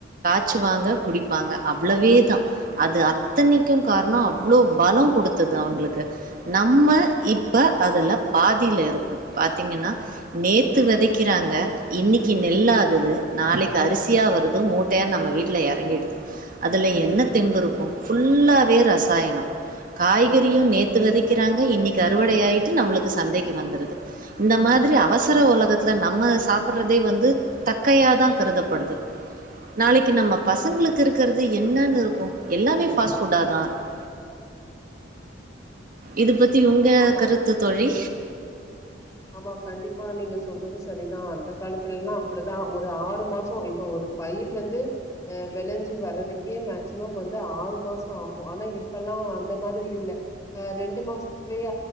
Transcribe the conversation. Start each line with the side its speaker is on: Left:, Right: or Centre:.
Right: ச்சுவாங்க குடிப்பாங்க அவ்வளவே தா அது அத்தனைக்கு காரணோ அவ்ளோ பலோ குடுத்தது அவங்களுக்கு நம்ம இப்ப அதுல பாதில இருக்கோ பாத்தீங்கன்னா நேத்து வெதைக்கிறாங்க இன்னைக்கி நெல் ஆகுது நாளைக்கி அரிசியா வருது மூட்டையா நம்ம வீட் ல எறங்கிடுது அதுல என்ன தெம்பு இருக்கு ஃபுல்லாவே ரசாயனோ காய்கறியு நேத்து வெதைக்கிறாங்க இன்னக்கி அறுவடையாயிட்டு நம்மளுக்கு சந்தைக்கு வந்துருது இந்த மாதிரி அவசர உலகத்துல நம்ம சாப்ட்றதே வந்து தக்கையாதா கருதப்படுது நாளைக்கி நம்ம பசங்களுக்கு இருக்குறது என்னன்னு இருக்கு எல்லாமே ஃபாஸ்ட் ஃபுட்டா தா இருக்கு இது பத்தி உங்க
Left: ஆமா
Right: கருத்து தோழி
Left: ஆமா கண்டிப்பா நீங்க சொல்றது சரிதா அந்த காலத்துலயெல்லா அப்டிதா ஒரு ஆறு மாசோ இப்ப ஒரு பயிர் வந்து ஆ வெளஞ்சி வர்றதுக் கே மேக்சிமம் வந்து ஆறு மாசோ ஆகு ஆனா இப்பெல்லா அந்த மாதிரி இல்ல ஆ ரெண்டு மாசத்துலயே